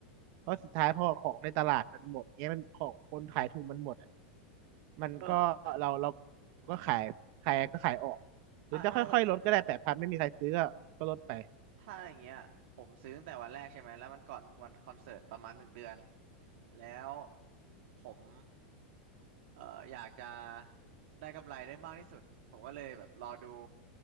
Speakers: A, on the right; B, on the right.
A: เพราะสุดท้ายพอของในตลาดมันหมดเงี้ยมันของคนขายถูกมันหมดอะ มันก็เราเรา
B: เออ
A: ก็ขายขายก็ขายออกหรือจะค่อยๆลดก็ได้แปดพันไม่มีใครซื้อก็ก็ลดไป
B: อ่าถ้า ถ้าอย่างเงี้ยผมซื้อตั้งแต่วันแรกใช่ไหมแล้วมันก่อนวันคอนเสิร์ตประมาณหนึ่งเดือนแล้วผมเอ่ออยากจะได้กำไรได้มากที่สุดผมก็เลยแบบรอดู